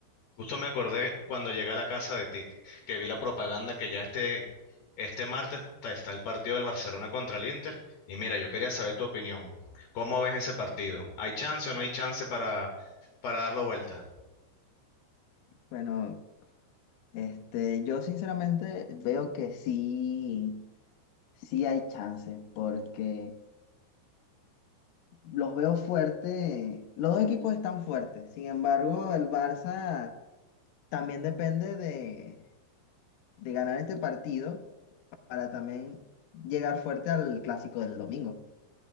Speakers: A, on the left; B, on the left.
A: Justo me acordé cuando llegué a la casa de ti, que que vi la propaganda que ya este, este martes ta- está el partido del Barcelona contra el Inter. Y mira, yo quería saber tu opinión. ¿Cómo ves ese partido? ¿Hay chance o no hay chance para, para darlo vuelta?
B: Bueno, este, yo sinceramente veo que sí, sí hay chance porque los veo fuerte, los dos equipos están fuertes, sin embargo, el Barça... También depende de, de ganar este partido para también llegar fuerte al clásico del domingo.